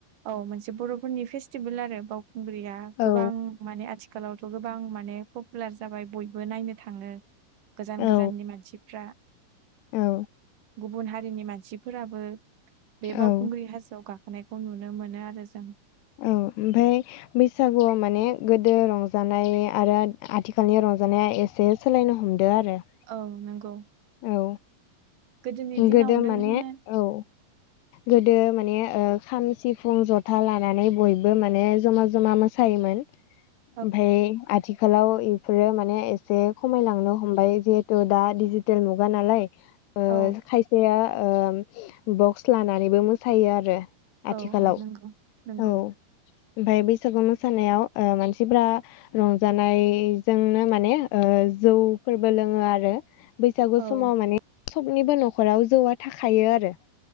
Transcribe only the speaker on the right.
औ मोनसे बर'फोरनि फेस्टिभोल आरो बावखुंग्रिया गोबां
माने आथिखालावथ' गोबां माने पपुलार जाबाय बयबो नायनो थाङो। गोजान
गोजाननि मानसिफ्रा
गुबुन हारिनि मानसिफोराबो बे बावखुंग्रि
हाजोआव गा खोनायखो नुनो मोनो आरो जों।
औ नंगौ।
गोदोनि दिनावनो
होनना
<inaudible>
औ
औ
नंगौ नंगौ
औ